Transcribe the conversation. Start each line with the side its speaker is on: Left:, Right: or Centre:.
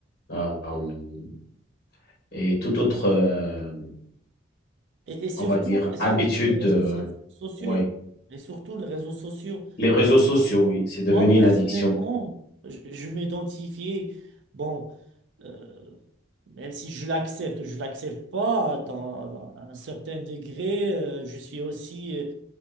Left: Euh, euh, et toute autre, euh,
Right: Et, et surtout,
Left: on va dire,
Right: et surtout
Left: habitude.
Right: les réseaux
Left: euh,
Right: so- sociaux.
Left: ouais.
Right: Et surtout les réseaux sociaux.
Left: Les réseaux sociaux, oui, c'est devenu
Right: Moi, personnellement,
Left: une addiction.
Right: je, je m'identifiais, bon, euh, même si je l'accepte, je l'accepte pas, dans un certain degré, euh, je suis aussi,